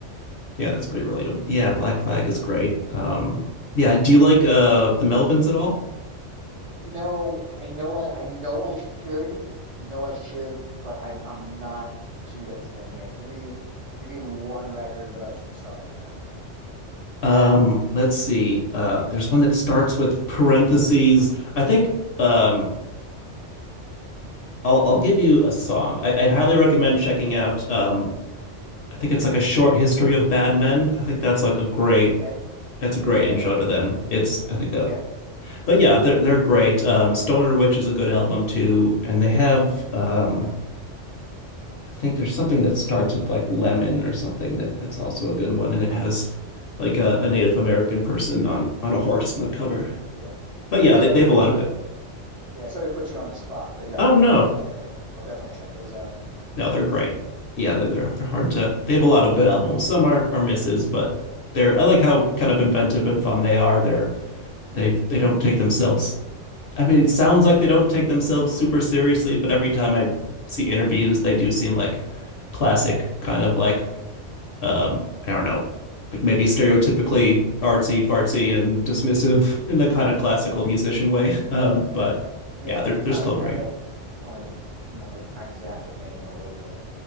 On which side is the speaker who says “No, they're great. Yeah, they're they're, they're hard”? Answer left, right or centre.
Left